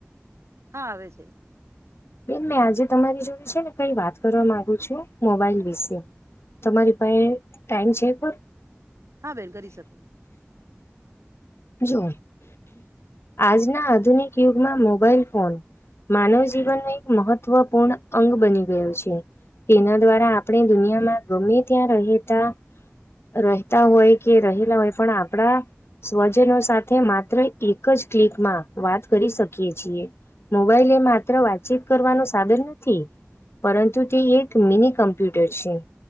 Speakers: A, on the right; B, on the left.
A: હા, આવે છે.
B: બેન મેં આજે તમારી જોડ છે ને કઈ વાત કરવા માગુ છું મોબાઈલ વિશે. તમારી પાહે ટાઈમ છે પર?
A: હા, બેન કરી શકો.
B: જો આજના આધુનિક યુગમાં મોબાઈલ ફોન માનવ જીવન ને એક મહત્વપૂર્ણ અંગ બની ગયો છે. તેના દ્વારા આપડે દુનિયામાં ગમે ત્યાં રહીએ તા રહેતા હોય કે રહેલા હોય પણ આપડા સ્વજનો સાથે માત્ર એક જ ક્લિક માં વાત કરી શકીએ છીએ. મોબાઈલ એ માત્ર વાતચીત કરવાનું સાધન નથી પરંતુ તે એક મિની કમ્પ્યુટર છે.